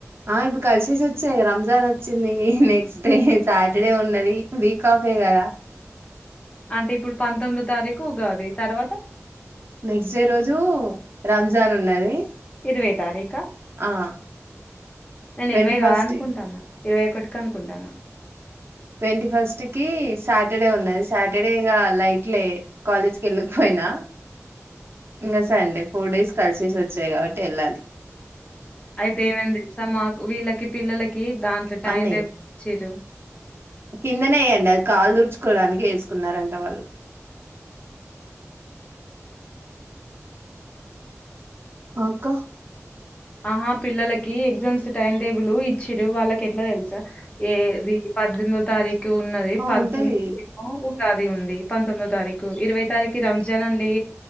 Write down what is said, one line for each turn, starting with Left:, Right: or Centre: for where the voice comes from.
Right: ఆ ఇప్పుడు కలిసేసొ చ్చే ఇగ రంజాన్ వచ్చింది నెక్స్ట్ డే సాటర్డే ఉన్నది వీక్ ఆఫే కదా
Left: అంటే ఇప్పుడు పంతొమ్మిదో తారీఖు ఉగాది తర్వాత
Right: నెక్స్ట్ డే రోజు రంజాన్ ఉన్నది
Left: ఇరవై తారీఖ
Right: ఆ
Left: నేను
Right: ట్వంటీ
Left: ఇరవై కాదనుకుంటన్నా
Right: ఫస్ట్
Left: ఇరవై ఒకటికి అనుకుంటాన
Right: ట్వంటీ ఫస్ట్ కి సాటర్డే ఉన్నది సాటర్డేగా లైట్లే కాలేజ్ కి వెళ్ళకపోయినా, ఇంగ సండే ఫోర్ డేస్ కలిసేసి వచ్చాయి కాబట్టి వెళ్ళాలి
Left: అయితే ఏమైంది స మాకు వీళ్ళకి పిల్లలకి దాంట్లో టైం
Right: అన్నయ్
Left: టే <unintelligible> చ్చిర్రు
Right: కిందనే వేయండి అది కాళ్లు దుడుచుకోవడానికి వేసు కున్నారంట వాళ్ళు అక్క
Left: అహా పిల్లలకి ఎగ్జామ్స్ టైం టేబుల్ ఇచ్చిర్రు వాళ్ళకి ఎట్లా తెలుసా ఏది పద్దెనిమిదవ తారీఖు ఉన్నది
Right: ఆ
Left: పంతొమ్మిది
Right: ఉంటది
Left: <unintelligible> ఉగాది ఉంది పంతొమ్మిదో తారీఖు ఇరవై తారీఖు రంజాన్ లే